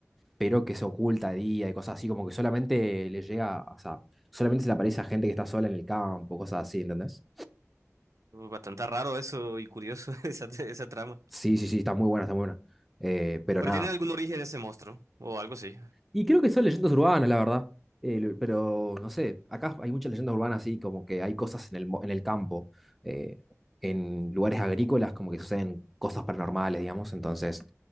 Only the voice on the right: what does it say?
Bastante raro eso y curioso <laughs> esa, esa trama.
Pero
tiene algún origen ese monstruo, o algo así.